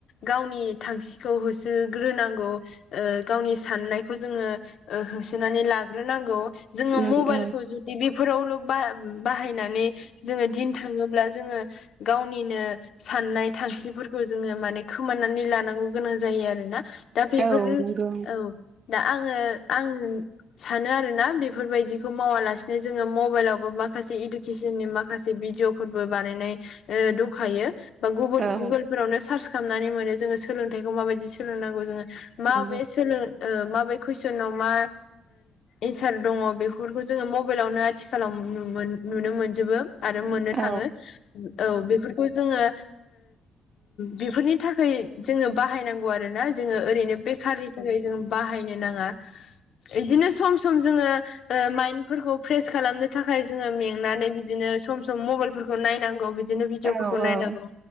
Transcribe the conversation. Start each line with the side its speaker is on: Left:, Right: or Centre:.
Left: गावनि थांखिखौ होसोग्रोनांगौ। ओ गावनि साननायखौ जोङो ओ होसोनानै लाग्रोनांगौ जोङो
Right: नों
Left: मबाइलखौ
Right: औ
Left: जु दि बेफोरावल' बा-बाहायनानै जोङो दिन थाङोब्ला जोङो गावनिनो साननाय थांखिफोरखौ जोङो माने खोमानानै लानांगौ गोनां जायो आरोना दा बेफोर
Right: औ नंगौ
Left: औ दा आङो आं सानो आरोोना बेफोरबायदिखौ मावालासिनो जोङो मबाइलावबो माखासे इु किसननि नि माखासे भिदििअ फोरबो बानायनाय दंखायो। बा गुगोल
Right: औ
Left: गुगोलफोरावनो सार्च खालामनानै मोनो जोङो सोलोंथाइखौ माबायदि सोलोंनांगौ जोङो माबे
Right: नंगौ
Left: सोलों माबे कुइसनाव मा एन्सार दङ बेफोरखौ जोङो मबाइलावनो आथिखालाव नुनो मोनजोबो। आरो मोननो
Right: औ नंगौ औ
Left: थाङो औ बेफोरखौ जोङो बेफोरनि थाखाय जोङो बाहायनांगौ आरोना जोङो ओरैनो बेखारनि थाखाय जों बाहायनो नाङा बिदिनो सम सम जोङो माइन्डफोरखौ फ्रेस खालामनो थाखाय जोङो मेंनानै बिदिनो सम सम मबाइलफोरखौ नायनांगौदि बिदिनो भिडिअफोरखौ
Right: औ
Left: नायनांगौ
Right: औ